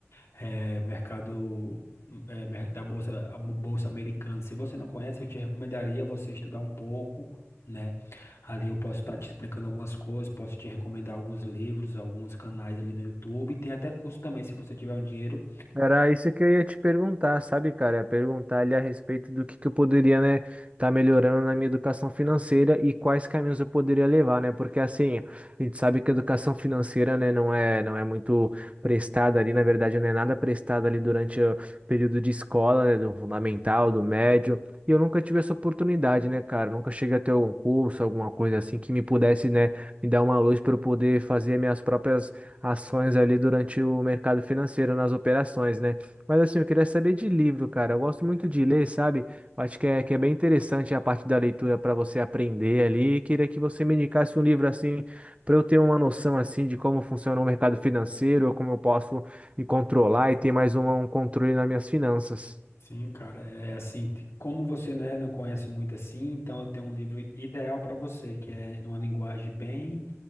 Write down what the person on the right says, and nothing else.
Era isso que eu ia te perguntar, sabe, cara? Ia Perguntar ali a respeito do que que eu poderia, né, tá melhorando na minha educação financeira e quais caminhos eu poderia levar, né? Porque assim, a gente sabe que a educação financeira, né, não é, não é muito prestada ali, na verdade, não é nada prestada ali durante o período de escola, né, do fundamental, do médio. E eu nunca tive essa oportunidade, né, cara? Nunca cheguei a ter algum curso, alguma coisa assim que me pudesse, né, me dar uma luz para eu poder fazer minhas próprias ações ali durante o mercado financeiro, nas operações, né? Mas assim, eu queria saber de livro, cara. Eu gosto muito de ler, sabe? Eu Acho que é, que é bem interessante a parte da leitura para você aprender ali. E queria que você me indicasse um livro assim, para eu ter uma noção assim de como funciona o mercado financeiro, como eu posso me controlar e ter mais uma- um controle nas minhas finanças.